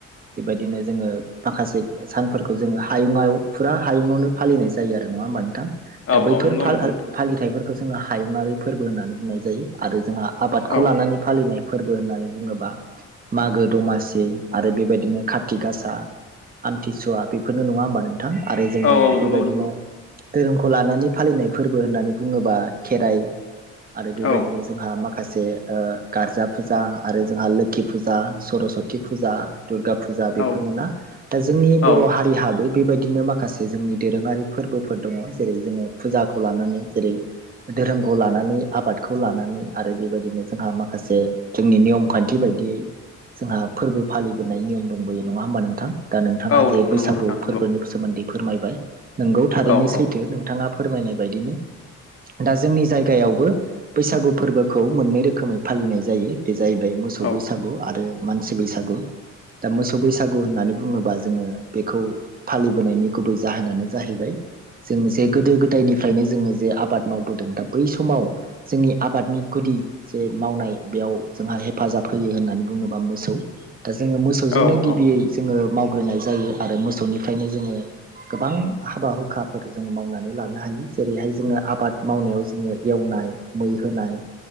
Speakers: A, on the right; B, on the left.
A: बेबायदिनो जोङो माखासे सानफोरखौ जोङो हायुङआव फुरा हायुङावनो फालिनाय जायो आरो नङा होमबा नोंथां?
B: औ
A: दा बैफोर
B: औ नंगौ
A: फाल
B: नंगौ
A: आल
B: नोंथां
A: मेथाइफोरखौ जोङो हायुङारि फोरबो होननानै बुंनाय जायो आरो जोंहा आबादखौ
B: औ
A: लानानै फालिनाय फोरबो होननानै बुङोबा मागो दमासि आरो बेबायदिनो खाथि गासा आमथिसुवा बेफोरनो नङा होमबा नोंथां? आरो जोङो
B: औ औ
A: बेबायदिनो
B: नंगौ नंगौ
A: धोरोमखौ लानानै फालिनायफोर बो होननानै बुङोबा खेराइ आरो बेबायदिनो
B: औ
A: जोंहा माखासे ओ गारजा फुजा आरो जोंहा लोखि फुजा सरसति फुजा दुर्गा फु फुजा बेफोरनोना
B: औ
A: दा जोंनि
B: औ
A: बर' हारिहाबो बेबायदिनो माखासे जोंनि दोरोङारि फोरबोफोर दङ' जेरै जोङो फुजाखौ लानानै जेरै धोरोमखौ लानानै आबादखौ लानानै आरो बेबायदिनो जोंहा माखासे जोंनि नियम खान्थि बायदियै जोंहा फोरबो फालिबोनाय नियम दंबोयो नङा होमबा नोंथां? दा नोंथाङा
B: औ
A: जे
B: नंगौ
A: बैसागु
B: नंगौ नोंथां नंगौ
A: फोरबोनि सोमोन्दै फोरमायबाय नोंगौ थारैनो
B: औ औ
A: सैथो नोंथाङा फोरमायनाय बायदिनो दा जोंनि जायगायावबो बैसागु फोरबोखौ मोननै रोखोमै फालिनाय जायो। बे जाहैबाय मोसौ
B: औ
A: बैसागु आरो मानसि बैसागु। दा मोसौ बैसागु होननानै बुङोबा जोङो बेखौ फालिबोनायनि गुबै जाहोनानो जाहैबाय जों जे गोदो गोदायनि फ्रायनो जोङो जे आबाद मावबोदों दा बै समाव जोंनि आबादनि गुदि जे मावनाय बेयाव जोंहा हेफाजाब होयो होननानै बुङोबा मोसौ दा जोङो मोसौजोंनो
B: औ
A: गिबियै
B: औ
A: जोङो मावग्रोनाय जायो आरो मोसौनिफ्रायनो जोङो गोबां हाबा-हुखाफोर जों मावनानै लानो हायो। जेरैहाय जोङो आबाद मावनायाव जोङो एवनाय मै होनाय